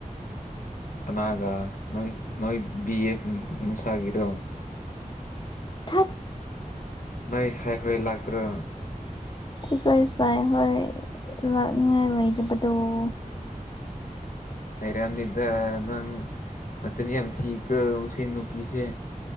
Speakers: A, on the left; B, on the left.
A: ꯀꯅꯥꯒꯥ ꯅꯣꯏ ꯅꯣꯏ ꯕꯤ ꯑꯦꯐ ꯅꯨꯡꯁꯥꯒꯤꯗꯣ
B: ꯊꯠ
A: ꯅꯣꯏ ꯁꯥꯏꯈꯣꯏ ꯂꯥꯛꯇ꯭ꯔꯣ
B: ꯏꯈꯣꯏ ꯁꯥꯏ ꯍꯣꯏ ꯂꯥꯛꯅꯤꯉꯥꯏ ꯂꯩꯇꯕꯗꯨꯣ
A: ꯍꯩꯔꯥꯅꯤꯗ ꯅꯪ ꯅꯆꯟ ꯌꯥꯝ ꯊꯤ ꯀ ꯁꯤ ꯅꯨꯄꯤꯁꯦ